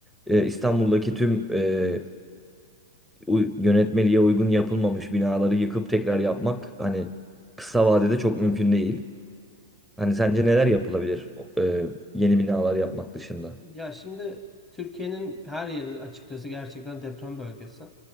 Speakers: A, in the centre; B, on the left.
A: Ee, İstanbul'daki tüm e, u- yönetmeliğe uygun yapılmamış binaları yıkıp tekrar yapmak hani kısa vadede çok mümkün değil. Hani sence neler yapılabilir e, yeni binalar yapmak dışında?
B: Ya şimdi Türkiye'nin her yeri açıkçası gerçekten deprem bölgesi.